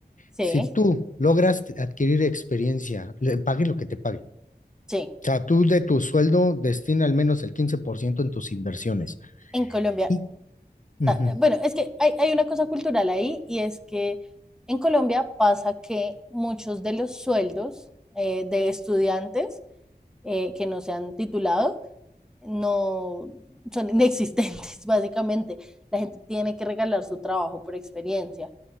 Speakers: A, in the centre; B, on the left (about 50°).
A: sí,
B: Si tú logras adquirir experiencia, le paguen lo que te paguen
A: sí.
B: o sea, tú de tu sueldo destina al menos el 15% en tus inversiones.
A: En Colombia,
B: Y, ujú,
A: ta- bueno, es que hay, hay una cosa cultural ahí y es que en Colombia pasa que muchos de los sueldos eh, de estudiantes eh, que no se han titulado no son inexistentes, <laughs> básicamente. La gente tiene que regalar su trabajo por experiencia.